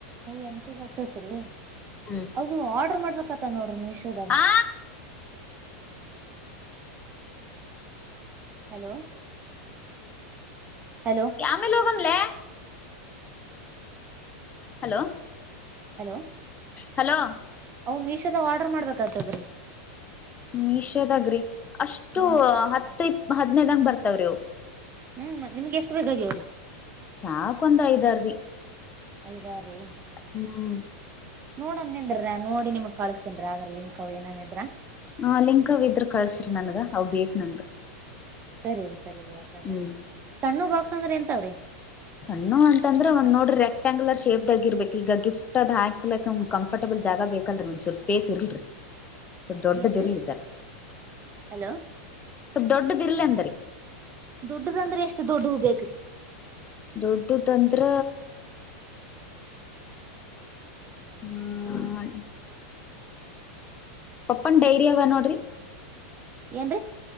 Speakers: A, on the right (about 30°); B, on the left (about 20°).
A: ಎಮ ಟಿ ಬಕ್ಸಸ್ರೀ
B: ಹ್ಮ್
A: ಹೌದು ಆರ್ಡ್ರ ಮಾಡ್ಬೇಕತ್ತ ನೋಡ್ರಿ ಮೀಶೋದಾಗರೀ.
B: ಆ
A: ಹಲೋ <inaudible> ಹಲೋ
B: ಯಾಮೆ ಲ ಹೋಗಮಲೆ ಹಲೋ,
A: ಹಲೋ,
B: ಹಲೋ,
A: ಅವು ಮೀಶೋದಾಗ ಆರ್ಡರ್ ಮಾಡ್ಬೇಕಾಅಂತದ್ರೀ,
B: ಮೀಶೋದಗ್ರಿ ಅಷ್ಟು
A: ಹ್ಮ್
B: ಹತ್ ಇಪ್ತ ಹದ್ನೇದಂಗ ಬರ್ತಾವ್ರಿ ಅವು.
A: ಹ್ಮ್, ಮತ್ತ ನಿಮ್ಗೆ ಎಷ್ಟು ಬೇಕಾಗ್ಯವ್ರಿ,.
B: ಸಾಕೊಂದ್ ಐದಾರಿ,
A: ಐದ ಆರ್ ರೀ <inaudible>
B: ಹ್ಮ್,
A: ನೋಡಮ್ನಿಂದ್ರಿ ನೋಡಿ ನಿಮಗ್ ಕಳಸ್ತನ್ರಿ ಅದ್ರಾ ಲಿಂಕ್ ಅವ್ ಏನಿದ್ರ.,
B: ಆ, ಲಿಂಕ ಇದ್ರ ಕಳ್ಸ್ರಿ ನನ್ಗ ಅವ್ ಬೇಕ ನಂಗ.
A: ಸರಿ, ಸರಿ, ಸರಿ, ಸಿರಿ ಯಾಕಗಲ್
B: ಹ್ಮ್
A: ಸಣ್ಣ ಬಾಕ್ಸ್ ಅಂದ್ರೆ ಎಂತಾವ್ರಿ,
B: ಸಣ್ಣುವು ಅಂತಂದ್ರೆ ಒಂದ್ ನೋಡ್ರಿ ರೆಕ್ಟಾಂಗ್ಯುಲರ್ ಶೇಪ್, ಇದಾಗಿ ಇರ್ಬೇಕು. ಈಗ ಗಿಫ್ಟ್ ಅದ್ ಹಾಕ್ಲಿಡಕ್ ಕಂಫರ್ಟಬಲ್ ಜಾಗ ಬೇಕಲ್ರಿ ಒಂಚೂರ್ ಪ್ಲೇಸ್ ಇಲ್ರಿ. ಸ್ವಲ್ ದೊಡ್ಡದಿರ್ಲಿ
A: ಏನ್ರೀ
B: ಜರ
A: ಹಲೋ
B: ಸ್ವಲ್ಪ ದೊಡ್ಡದಿರ್ಲ್ ಅಂತರಿ.
A: ದೊಡ್ಡದಂದ್ರೆ ಎಷ್ಟು ದೊಡ್ಡವು ಬೇಕ್ರಿ,
B: ದೊಡ್ಡದಂದ್ರ, ಹ್ಮ <inaudible> ಪಪ್ಪನ್ ಡೈರಿ ಅವ ನೋಡ್ರಿ,
A: ಏನ್ರಿ,